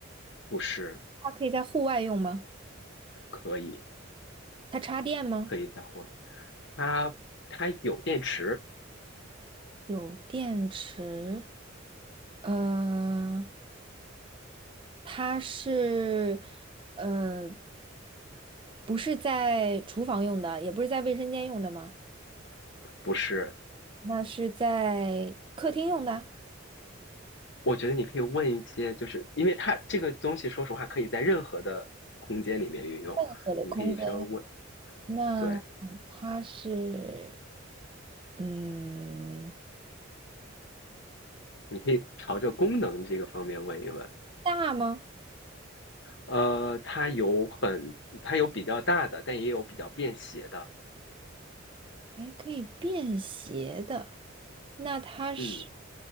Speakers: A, on the left; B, on the right.
A: 不是
B: 它可以在户外用吗？
A: 可以
B: 它插电吗？
A: 可以再换。它它有电池，
B: 有电池。呃，它是，呃，不是在厨房用的，也不是在卫生间用的吗？
A: 不是？
B: 那是在客厅用的，
A: 我觉得你可以问一些，就是因为它这个东西，说实话，可以在任何的空间里面运用。
B: 任何的空间。
A: 你可以稍微问，
B: 那它是，
A: 对，
B: 嗯，
A: 你可以朝着功能这个方面问一问。
B: 大吗？
A: 呃，它有很，它有比较大的，但也有比较便携的。
B: 哎，可以便携的，那它是
A: 嗯，